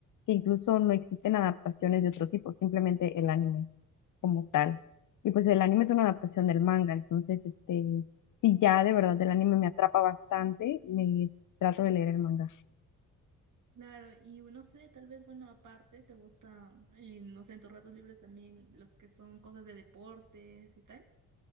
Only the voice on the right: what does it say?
Claro, y no sé, tal vez, bueno, aparte, te gusta eh, no sé, en tus ratos libres también los que son cosas de deportes y tal.